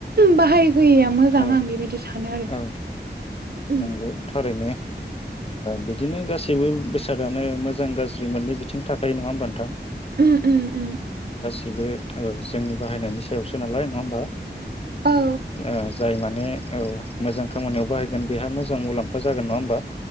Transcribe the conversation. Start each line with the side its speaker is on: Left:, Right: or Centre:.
Right: बाहाय होया। मोजां
Left: औ
Right: आं बेबायदि सानो आरो।
Left: औ
Right: उम
Left: नंगौ थारैनो बिदिनो गासैबो बेसादानो मोजां गाज्रि गाज्रि मोनै बिथिं थाखायो नङा होमबा नोंथां
Right: उम उम उम
Left: गसिबो ओ जोंनि बाहायनायनि सायावसो नालाय नङा होमबा
Right: औ
Left: ओ जाय माने औ मोजां खामानियाव बाहाय बेहा मोजां मुलाम्फा जागोन नङा होन बा